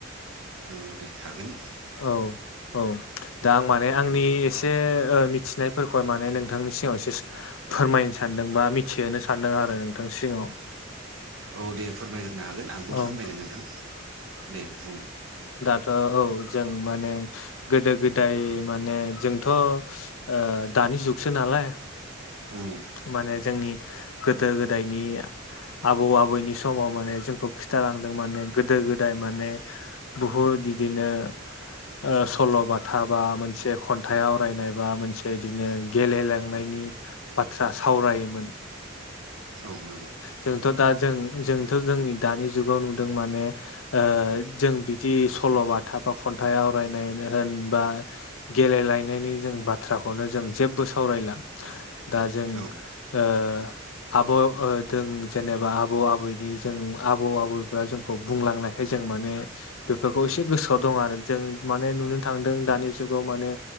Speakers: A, on the right; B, on the left.
A: औ दे हागोन
B: औ औ दा आं माने आंनि
A: उम
B: एसे ए ओ मिथिनायफोरखौ माने नोंथांनि सिगाङाव एसे फोरमायनो सानदों बा मिथिहोनो सानदों आरो नोंथां सिङाव
A: औ दे फोरमायग्रोनो हागोन आंबो
B: औ
A: फोरमायगोन नोंथां दे बुं
B: ओ औ जों माने गोदो गोदाय माने जों थ' ओ दानि जुगसो नालाय
A: उम
B: माने जोंनि गोदो गोदायनि आबौ आबैनि समाव माने जोंखौ खिन्थालांदों माने गोदो गोदाय माने बुहुद बिदिनो ओ सल'बाथा बा मोनसे खन थाइ आवरायनाय बा मोनसे बिदिनो गेलेलांनायनि बाथ्रा सावरायोमोन <inaudible>
A: औ नंगौ।
B: जोंथ' दा जों जोंथ' जोंनि दानि जुगाव नुदों माने ओ जों बिदि बे सल'बाथा बा खनथाय आवरायनायानो होनबा गेलेलाय नायनि जों बाथ्राखौनो जों जेबो सावरायला दा जों
A: औ
B: ओ आबौ ओ दों जेनेबा आबौ आबौनि जों आबौ आबौफ्रा जोंखौ बुंलांनायखाय जों जों माने बेफोरखौ एसे
A: उम
B: गोसोआव दं आरो जों माने नुनो थांदों दानि जुगाव माने